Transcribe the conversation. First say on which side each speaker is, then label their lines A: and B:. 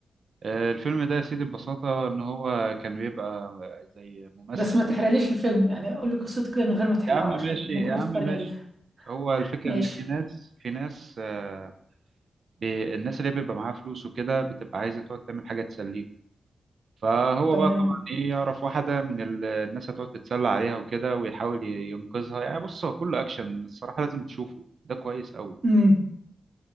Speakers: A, on the right; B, on the right.
A: آه، الفيلم ده يا سيدي ببساطة إن هو كان بيبقى زي ممثل
B: بس ما تحرقليش الفيلم يعني قول لي قصته كده من غير ما تحرقه
A: يا عم ماشي
B: عشان ممكن
A: يا عم
B: اتفرج
A: ماشي
B: عليه
A: هو الفكرة
B: ماشي
A: إن في ناس في ناس آه، بي- الناس اللي بيبقى معاها فلوس وكده بتبقى عايزة تقعد تعمل حاجة تسليهم فهو
B: تمام
A: بقى طبعا إيه يعرف واحدة من ال- الناس هتقعد تتسلى عليها وكده ويحاول ي- ينقذها يعني بص هو كله أكشن الصراحة لازم تشوفه ده كويس أوي
B: امم